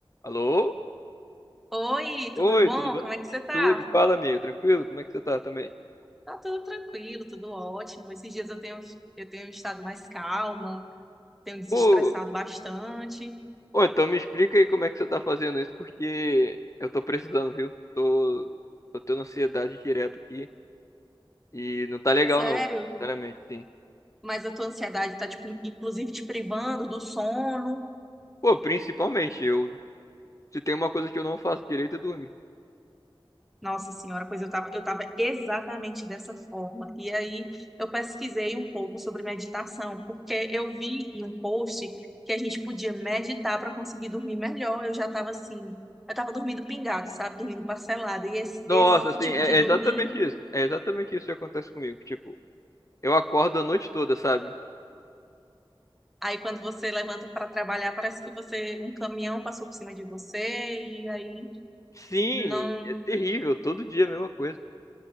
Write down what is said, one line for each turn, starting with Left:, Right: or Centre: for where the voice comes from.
Left: Alô?
Centre: Oi,
Left: Oi,
Centre: tudo bom?
Left: tudo bem?
Centre: Como é que você tá?
Left: Tudo. Fala, amigo, tranquilo? Como é que você tá também?
Centre: Tá tudo tranquilo, tudo ótimo. Esses dias eu tenho, eu tenho estado mais calma, tenho desestressado
Left: Pô,
Centre: bastante.
Left: ô, então me explica aí como é que você tá fazendo isso, porque eu tô precisando, viu? Tô, tô tendo ansiedade direta aqui e não tá legal
Centre: Sério,
Left: não, sinceramente, sim.
Centre: mas a tua ansiedade tá, tipo, inclusive te privando do sono.
Left: Pô, principalmente, eu se tem uma coisa que eu não faço direito é dormir.
Centre: Nossa senhora, pois eu tava, eu tava exatamente dessa forma. E aí eu pesquisei um pouco sobre meditação, porque eu vi em um post que a gente podia meditar para conseguir dormir melhor. Eu já tava assim, eu tava dormindo pingado, sabe? Dormindo parcelado. E esse,
Left: Nossa,
Centre: esse
Left: assim,
Centre: tipo
Left: é,
Centre: de dormir,
Left: é exatamente isso. É exatamente isso que acontece comigo. Tipo, eu acordo a noite toda, sabe?
Centre: aí quando você levanta para trabalhar, parece que você, um caminhão passou por cima de você e aí
Left: Sim,
Centre: não
Left: é terrível, todo dia a mesma coisa.